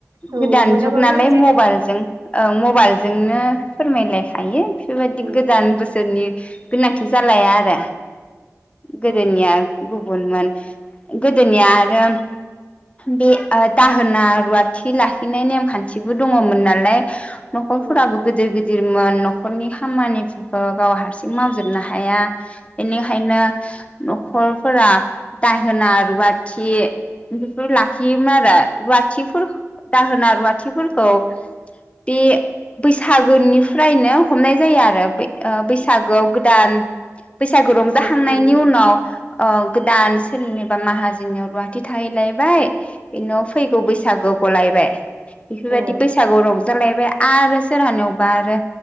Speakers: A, on the right; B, on the left.
A: औ
B: गोदान
A: मोनाबाबो
B: जुग नालाय
A: जेनेबा
B: मबाइल जों ओं म बायलजोंनो फोरमायलायखायो। बेफोरबायदि
A: औ
B: गोदान बोसोरनि गोनां लाया आरो गोदोनिया
A: औ
B: गुबुनमोन गोदोनिया आरो बे ओ दाहोना रुवाथि लाखिनाय नेमखान्थिबो दङमोन नालाय। नखरफोराबो
A: औ
B: गोदोर गो गिदिरमोन न'खरनि खामानिफोरखौ गाव हारसिं मावजोबनो हाया बेनि खायनो न'खरफोरा दाहोना रुवा थि लाखियोमोन आरो रुवाथिफोर दाहोना रुवाथिफोरखौ बे बैसागोनिफ्रायनो हमनाय जायो आरो ओ बैसागोआव गोदान बैसागु रंज
A: औ
B: खांनायनि
A: गोदान
B: उनाव अ गोदान सोरनिबा माहाजोननियाव रुवाथि थाहैलायबाय बिनाव फैगौ बैसागुआव गलायबाय। बेफोरबायदि
A: औ
B: बैसागु रं जालायबाय आरो सोरहानियावबा आरो